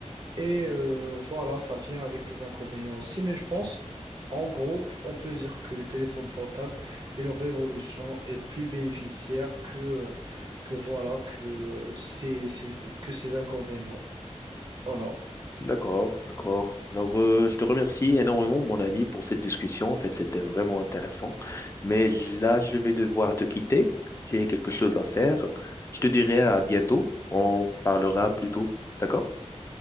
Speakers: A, on the right (about 45°); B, on the left (about 25°).
A: Et euh, voilà, ça vient avec des inconvénients aussi, mais je pense, en gros, je- on peut dire que les téléphones portables et leur révolution est plus bénéficiaire que, euh, que voilà, que ces, ces- que ces inconvénients. Voilà.
B: d'accord, d'accord. Alors, euh, je te remercie énormément, mon ami, pour cette discussion. En fait, c'était vraiment intéressant. Mais là, je vais devoir te quitter. J'ai quelque chose à faire. Je te dirai à bientôt. On parlera plus tôt. D'accord?